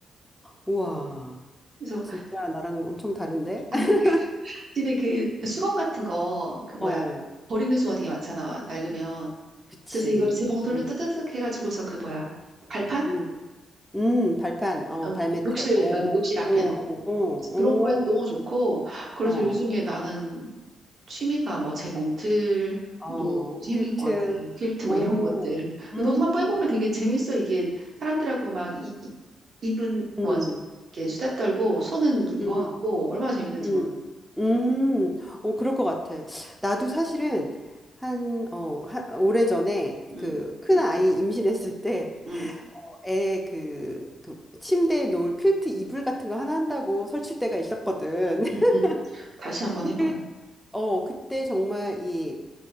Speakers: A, in the centre; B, on the right (about 50°).
A: 우와,
B: 그래서
A: 진짜 나랑 엄청 다른데?
B: 아,
A: <laughs>
B: 그 집에 그 수건 같은 거 그 뭐야
A: 어,
B: 버리는 수건 되게 많잖아 낡으면.
A: 그치.
B: 그래서 이거를 재봉틀로
A: 음,
B: 뜨뜨득 해가지고서 그 뭐야 발판?
A: 음. 음, 발판, 어,
B: 어,
A: 발매트.
B: 욕실
A: 오,
B: 어, 욕실 앞에
A: 오,
B: 나와.
A: 오,
B: 그래서
A: 오,
B: 그런 거에도 너무 좋고 그래서
A: 오, 어,
B: 요즘에 나는 취미가 뭐 재봉틀도
A: 어,
B: 생긴
A: 퀼트.
B: 것 같아. 퀼트 막
A: 오,
B: 이런 것들.
A: 음,
B: 근데 너도 한번 해보면 되게 재밌어. 이게 사람들하고 막 이, 이, 입은
A: 음,
B: 뭐 이렇게 수다 떨고 손은 이거
A: 음,
B: 하고 얼마나 재밌는지
A: 음,
B: 몰라.
A: 음, 오, 그럴 것 같아. 나도 사실은 한, 어, 한, 오래전에
B: 응,
A: 그 큰 아이 임신했을 때
B: 응,
A: 애 그, 그 침대에 놓을 퀼트 이불 같은 거 하나 한다고 설칠 때가 있었거든. <laughs>
B: 응, 응. 다시 한번
A: 그때,
B: 해봐.
A: 어, 그때 정말 이